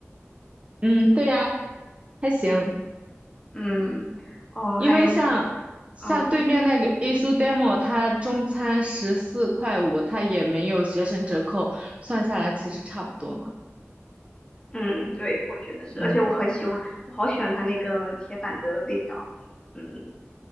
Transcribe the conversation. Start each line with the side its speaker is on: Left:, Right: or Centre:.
Right: 嗯，对呀，还行。
Left: 嗯，哦，
Right: 因为像像对面那个
Left: 还有，嗯
Right: i s u Demo，它中餐十四块五，它也没有学生折扣，算下来其实差不多嘛。
Left: 嗯，对，我觉得是，
Right: 嗯，
Left: 而且我很喜欢，我好喜欢它那个铁板的味道，嗯，